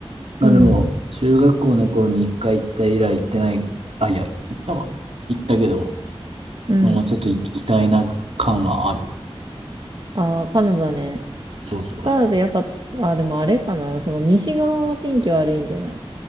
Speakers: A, on the right (about 75°); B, on the right (about 50°).
A: まあでも中学校の頃に一回行った以来行ってない、
B: うん、
A: あ、いや、行ったわ。行ったけど、
B: うん。
A: のもちょっと行きたいな感はある。
B: ああ、カナダね。
A: そうそ
B: カナダやっぱ、あ、でもあれかな。その西側は天気悪いんじゃない